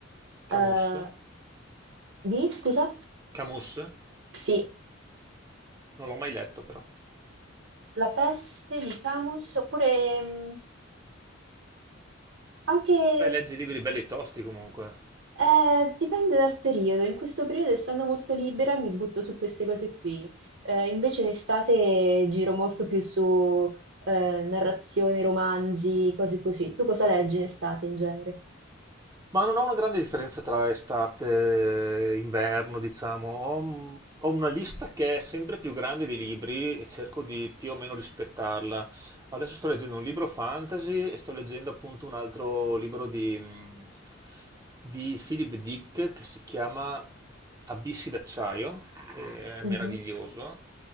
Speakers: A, on the right; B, on the right.
A: eh,
B: Camus?
A: di, scusa?
B: Camus?
A: Sì,
B: Non l'ho mai letto però.
A: La peste di Camus, oppure mm, anche
B: Beh, leggi libri belli tosti comunque.
A: Eh, dipende dal periodo, in questo periodo essendo molto libera mi butto su queste cose qui, Eh, invece in estate giro molto più su eh, narrazione, romanzi, cose così. Tu cosa leggi in estate in genere?
B: Ma non ho una grande differenza tra estate e inverno, diciamo. Ho, un- ho una lista che è sempre più grande di libri e cerco di più o meno rispettarla. Adesso sto leggendo un libro fantasy e sto leggendo appunto un altro libro di, mh, di Philip Dick che si chiama Abissi d'acciaio, e è
A: Mhm.
B: meraviglioso.